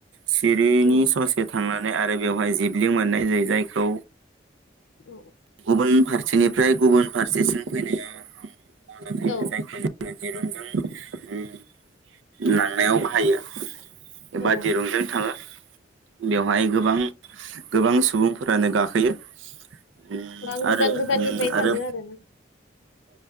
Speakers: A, on the right; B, on the left.
A: सिरिनि
B: औ
A: ससे थांना नै आरो बेवहाय जिबलिं मोननाय जायो जायखौ
B: औ
A: गुबुन फार सेनिफ्राय गुबुन फारसेसिम फैनाया उम मदद होयो
B: औ
A: जायखौ जोंङो दिरुंजों ओम ला थांनायाव बाहायो‌। एबा
B: औ
A: दिरुंजों थाङो। बेवहाय गोबां गोबां सुबुंफोरानो गाखोयो। उम
B: गोबां गोजान
A: आरो
B: गोजाननिफ्राय
A: उम
B: थाङो
A: आरो
B: आरोना